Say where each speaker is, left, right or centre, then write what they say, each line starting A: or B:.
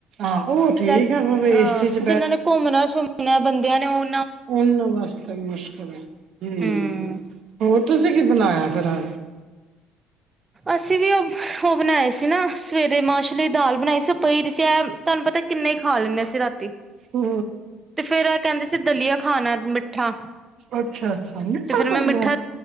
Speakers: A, on the right; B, on the right.
A: ਆਹੋ ਠੀਕ
B: ਚੱਲ
A: ਹੈ ਮ ਏਸੀ
B: ਹਾਂ
A: ਚ
B: ਜਿਹਨਾਂ ਨੇ ਘੁੰਮਣਾ ਸ਼ੁੰਮਣਾ ਬੰਦਿਆਂ ਨੇ ਉਹ
A: ਉਹਨਾ ਵਾਸਤੇ ਮੁਸ਼ਕਿਲ ਹੈ, ਹੂੰ
B: ਹਮ
A: ਹੋਰ ਤੁਸੀਂ ਕੀ ਬਣਾਇਆ। <unintelligible>
B: ਅਸੀਂ ਵੀ ਉਹ ਉਹ ਬਣਾਏ ਸੀ ਨਾ ਸਵੇਰੇ ਮਾਸਰ ਦੀ ਦਾਲ ਬਣਾਈ ਸੀ, ਪਈ ਸੀ ਤੁਹਾਨੂੰ ਪਤਾ ਕਿੰਨੇ ਹੀ ਖਾ ਲੈਂਦੇ ਅਸੀਂ ਰਾਤੀ।
A: ਹੂੰ।
B: ਤੇ ਫੇਰ ਇਹ ਕਹਿੰਦੇ ਦਲੀਆ ਖਾਣਾ ਮਿੱਠਾ
A: ਅੱਛਾ ਅੱਛਾ ਮਿੱਠਾ
B: ਤੇ ਫੇਰ ਮੈਂ
A: ਦਲੀਆ
B: ਮਿੱਠਾ,